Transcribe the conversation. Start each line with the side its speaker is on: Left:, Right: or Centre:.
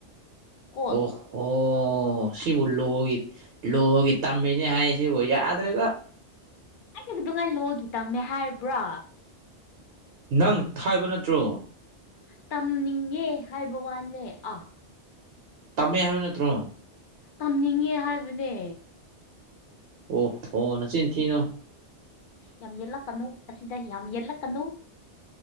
Left: ꯀꯣꯜ
Right: ꯑꯣꯐ ꯑꯣ ꯁꯤꯕꯨ ꯂꯣꯒꯤ ꯂꯣꯒꯤ ꯇꯝꯃꯤꯅꯤ ꯍꯥꯏ ꯁꯤꯕꯨ ꯌꯥꯗ꯭ꯔꯒ
Left: ꯍꯦꯛ ꯑꯗꯨꯉꯥꯏ ꯂꯣꯒꯤ ꯇꯝꯃꯦ ꯍꯥꯏꯔꯕ꯭ꯔꯥ
Right: ꯅꯪ ꯊꯥꯏꯕ ꯅꯠꯇ꯭ꯔꯣ
Left: ꯇꯝꯅꯤꯡꯉꯦ ꯍꯥꯏꯕ ꯋꯥꯅꯦ ꯑꯥ
Right: ꯇꯝꯃꯦ ꯍꯥꯏꯕ ꯅꯠꯇ꯭ꯔꯣ
Left: ꯇꯝꯅꯤꯡꯉꯦ ꯍꯥꯏꯕꯅꯦ
Right: ꯑꯣ ꯍꯣ ꯅꯆꯤꯟ ꯊꯤꯅꯣ
Left: ꯌꯥꯝ ꯌꯦꯂ ꯀꯟꯅꯨ ꯑꯁꯤꯗ ꯌꯥꯝ ꯌꯦꯂꯛ ꯀꯟꯅꯨ